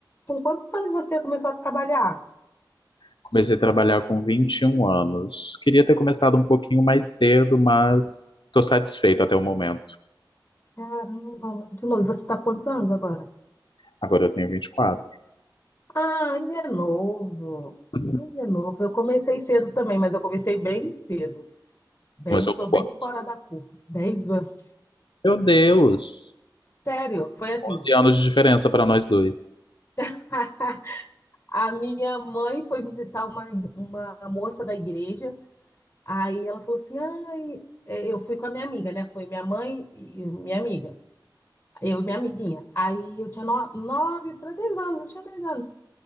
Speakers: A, on the left; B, on the left.
A: Com quantos anos você começou a trabalhar?
B: Comecei a trabalhar com 21 anos. Queria ter começado um pouquinho mais cedo, mas estou satisfeito até o momento.
A: Caramba, muito novo. E você está quantos anos agora?
B: Agora eu tenho 24.
A: Ah, ainda é novo.
B: <laughs>
A: Ainda é novo. Eu comecei cedo também, mas eu comecei bem cedo. Bem,
B: Começou
A: sou
B: com quanto?
A: bem fora da curva. Dez anos.
B: Meu Deus!
A: Sério, foi assim.
B: 11 anos de diferença para nós dois.
A: <laughs> A minha mãe foi visitar uma, uma moça da igreja. Aí ela falou assim: ai, é, eu fui com a minha amiga, né? Foi minha mãe e minha amiga. Eu e minha amiguinha. Aí eu tinha no- nove para dez anos, eu tinha dez anos.